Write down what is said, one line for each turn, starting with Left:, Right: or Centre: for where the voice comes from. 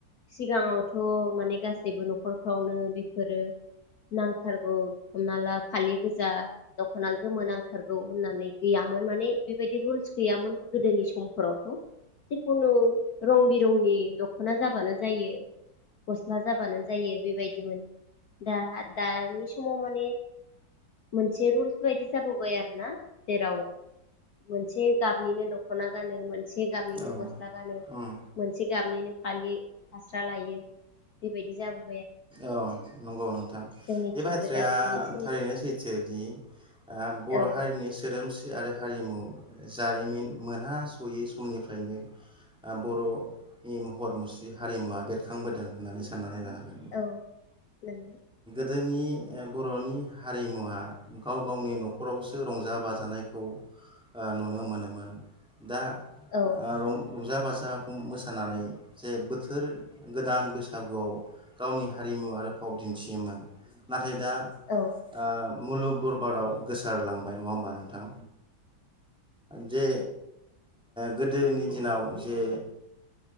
Left: सिगाङावथ' माने गासैबो नखरफ्रावनो बेफोरो नांथारगौ हमना ला फालि गोजा दख'ना गोमो नांथारगौ होननानै गैयामोन माने बेबायदि रुल्स गैयामोन गोदोनि समफोरावथ' जिखुनु रं बि दौनि दख'ना जाबानो जायो गस्ला जाबानो जायो बेबायदिमोन दाहाथ-दानि समाव माने मोनसे रुलस बायदि जाबोबाय आरोना जेराव मोनसे गाबनिनो दख'ना गानो मोन से गाम्बनिनो
Centre: औ
Left: गस्ला गानो
Centre: उम
Left: मोनसे गाबनिनो फालि फास्रा लायो बेबायदि जाब
Centre: औ। नंगौ नों थां
Left: जोंनिथिंबो
Centre: बे बाथ्राया
Left: दा बिदिनो सोलिबाय
Centre: थारैनो सैथोदि ओ बर'
Left: औ
Centre: हारिनि सोदोमस्रि मुस्रि आरो हारिमु जारिमिन मोनहासयै समनिफ्रायनो ओ बर'नि महर मुस्रि हारिमुवा बेरखांबोदों होननानै साननानै लानांगोन।
Left: औ नं
Centre: जोंनि बर'नि हारिमुवा गाव गावनि नखरावसो रंजा बाजानायखौ नुनो मोनोमोन। दा
Left: औ
Centre: रं। रंजा बाजाखौ मोसानानै जे बोथोर गोदान बैसागुआव। गावनि हारिमु आरो फाव दिन्थियोमोन नाथ नाथाय दा
Left: औ
Centre: आ। मुलुग दरबाराव गोसारलांबाय नङा होमबा नोंथां जे गोदोनि दिनाव जे।